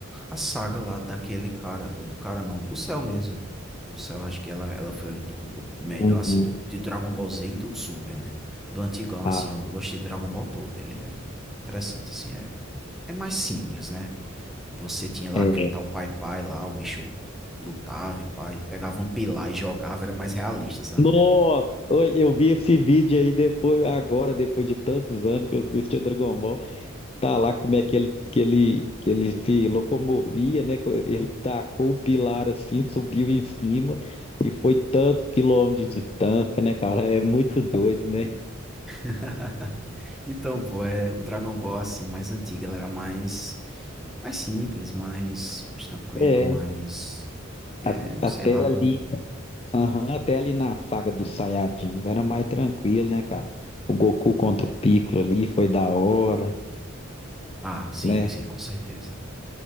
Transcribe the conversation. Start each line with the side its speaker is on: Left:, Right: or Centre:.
Centre: a saga lá daquele cara, do, do cara não, do céu mesmo. Do céu, acho que ela, ela foi o, o melhor,
Left: Uhum.
Centre: assim, do, do Dragon Ball Z e do Super, né? Do antigão,
Left: Ah,
Centre: assim, eu, eu gostei de Dragon Ball todo. Ele é interessante, assim, é, é mais simples, né? Você tinha lá
Left: é.
Centre: aquele tal Pai Pai lá, o bicho lutava e pai, pegava um pilar e jogava, era mais realista, sabe?
Left: Nossa, oi, eu vi esse vídeo aí depois, agora, depois de tantos anos que eu assisti o Dragon Ball. tá lá como é que ele, que ele, que ele se locomovia, né? co- Ele tacou o pilar assim, subiu em cima e foi tantos quilômetros de distância, né, cara? É muito doido, né?
Centre: <laughs> Então, pô, é, o Dragon Ball, assim, mais antigo, ele era mais, mais simples, mais, mais tranquilo,
Left: É,
Centre: mais, é,
Left: a-
Centre: sei
Left: até
Centre: lá,
Left: ali,
Centre: não...
Left: aham, até ali na saga dos Saiyajins era mais tranquilo, né, cara? O Goku contra o Piccolo ali foi da hora,
Centre: Ah, sim,
Left: né?
Centre: sim, com certeza.